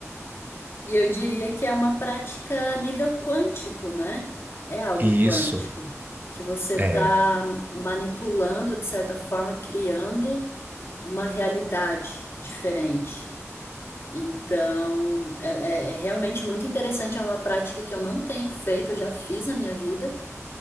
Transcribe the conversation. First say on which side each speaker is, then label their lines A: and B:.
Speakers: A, on the left (about 50°); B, on the right (about 40°).
A: E eu diria que é uma prática a nível quântico, né? É algo
B: E
A: quântico,
B: isso
A: que você está
B: é,
A: manipulando, de certa forma, criando uma realidade diferente. Então, é, é- é realmente muito interessante, é uma prática que eu não tenho feito, eu já fiz na minha vida,